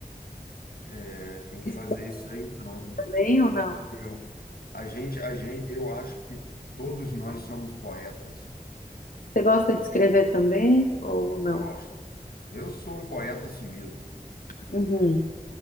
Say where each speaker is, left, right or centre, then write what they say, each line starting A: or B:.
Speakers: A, on the left; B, on the left.
A: É, tem que
B: Isso
A: fazer isso aí, então.
B: também ou não?
A: Muito legal. A gente, a gente, eu acho que todos nós somos poetas.
B: Você gosta de escrever também ou não?
A: Gosto. Eu sou um poeta assumido,
B: Uhum.